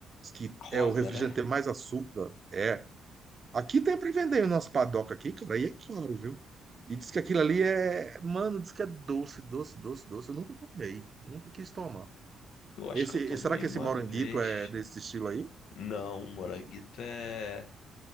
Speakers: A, on the right; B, on the left.
A: que é
B: Rosa,
A: o refrigerante
B: né?
A: tem mais açúcar? É. Aqui tem pra vender nas padocas aqui, cara, e é caro, viu? E diz que aquilo ali é. Mano, diz que é doce, doce, doce, doce. Eu nunca tomei, nunca quis tomar.
B: Eu acho
A: Esse,
B: que eu tomei
A: será que
B: uma
A: esse moranguito
B: vez.
A: é desse estilo aí?
B: Não, o moranguito é.